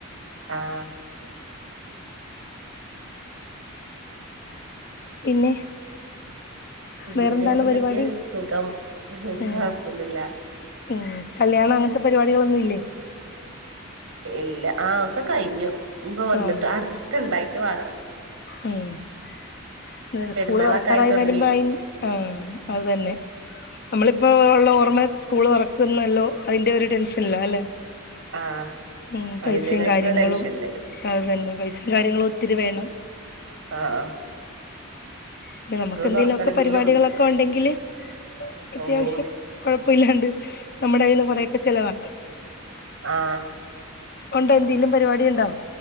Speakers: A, on the right; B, on the left.
A: ആഹ്
B: പിന്നെ?
A: പിന്നെ
B: വേറെന്താണ്
A: വേറെ എന്തൊക്കെയ
B: പരിപാടി
A: സുഖം എന്താ
B: ഉം
A: കൊഴപ്പൊന്നുല്ല
B: ഉം കല്യാണം അങ്ങനത്തെ പരിപാടികളൊന്നും ഇല്ലേ?
A: ഇല്ല ആഹ് ഒക്കെ കഴിഞ്ഞു ഇഞ്ഞ്പ്പൊ വന്നിട്ട്
B: ആഹ്
A: അടുത്തതൊക്കെ ഇണ്ടായിട്ട് വാണം
B: ഉം
A: പെരുന്നാളൊക്കെ
B: സ്കൂള് തൊറക്കാറായി
A: ആയി തുടങ്ങി
B: വരുമ്പോ അയിന് ആഹ് അതുതന്നെ നമ്മളിപ്പോ ഒള്ള ഓർമ്മ സ്കൂള് തൊറക്കുന്നല്ലോ അയിന്റെ ഒരു ടെൻഷൻല്ല അല്ലെ?
A: ആഹ്
B: ഉം പൈസയും
A: അതിന്റേതായിട്ടുള്ള
B: കാര്യങ്ങളും
A: ടെൻഷനില്
B: അത് തന്നെ പൈസയും കാര്യങ്ങളും ഒത്തിരി വേണം
A: ആഹ് ആഹാ
B: പിന്നെ നമുക്ക് എന്തേലും
A: തുറക്കണെങ്കിലും
B: ഒക്കെ പരിപാടികളൊക്കെ ഒണ്ടെങ്കില് അത്യാവിശ്യം
A: ഓഹ്
B: കെഴപ്പയില്ലാണ്ട് നമ്മുടെ കയ്യീന്ന് കൊറേ ഒക്കെ ചെലവാക്കാം
A: ആഹ്
B: ഒണ്ടോ എന്തേലും പരിപാടിയുണ്ടോ?